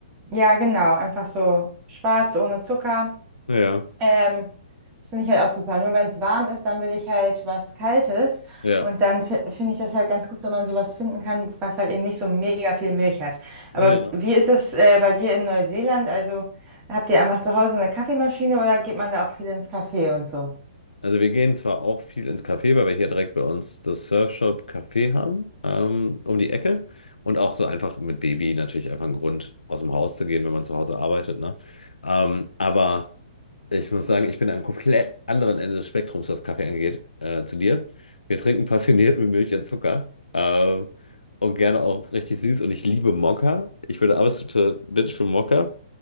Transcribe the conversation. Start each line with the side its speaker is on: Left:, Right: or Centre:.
Right: Ja, genau. Einfach so schwarz, ohne Zucker.
Left: ja,
Right: Ähm, das finde ich halt auch super. Nur wenn es warm ist, dann will ich halt was Kaltes.
Left: ja.
Right: Und dann fi- finde ich das halt ganz gut, wenn man sowas finden kann, was halt eben nicht so mega viel Milch hat. Aber
Left: ja.
Right: wie ist es äh, bei dir in Neuseeland? Also habt ihr einfach zu Hause eine Kaffeemaschine oder geht man da auch viel ins Café und so?
Left: Also wir gehen zwar auch viel ins Café, weil wir hier direkt bei uns das Surfshop Café haben, ähm, um die Ecke. Und auch so einfach mit Baby natürlich einfach ein Grund, aus dem Haus zu gehen, wenn man zu Hause arbeitet, ne? Ähm, aber ich muss sagen, ich bin am komplett anderen Ende des Spektrums, was Kaffee angeht, äh, zu dir. Wir trinken passioniert mit Milch und Zucker. Ähm, und gerne auch richtig süß. Und ich liebe Mokka. Ich bin der absolute Bitch für Mokka.